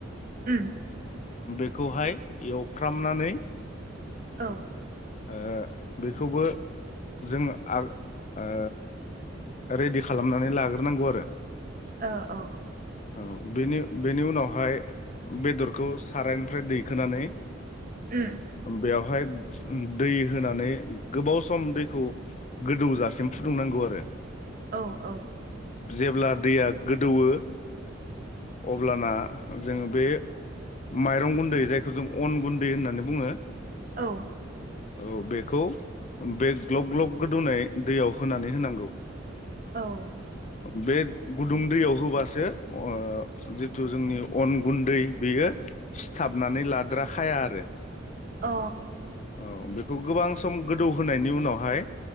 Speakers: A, on the right; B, on the left.
A: उम
B: बेखौहाय एवफ्रामनानै
A: औ
B: ओ बेखौबो जों आ ओ रेडि खालामनानै लाग्रोनांगौ आरो
A: ओ औ
B: औ बेनि बेनि उनावहाय बेदर खौ सारायनिफ्राय दैखोनानै
A: उम
B: बेयाव हाय दै होनानै गोबाव सम दैखौ गोदौजासिम फुदुंनांगौ आरो
A: औ औ
B: जेब्ला दैया गोदौवो अब्लाना जोङो बे माइरं गुन्दै जायखौ जों अन गुन्दै होननानै बुङो।
A: औ
B: औ बेखौ बे ग्लब ग्लब गोदौनाय दैयाव होनानै होनांगौ।
A: औ
B: बे गुदुं दैयाव होबासो ओ जिथु जोंनि अन गुन्दै बेयो सिथाबनानै लाद्राखाया आरो
A: अ
B: औ बेखौ गोबां सम गोदौहोनायनि उनावहाय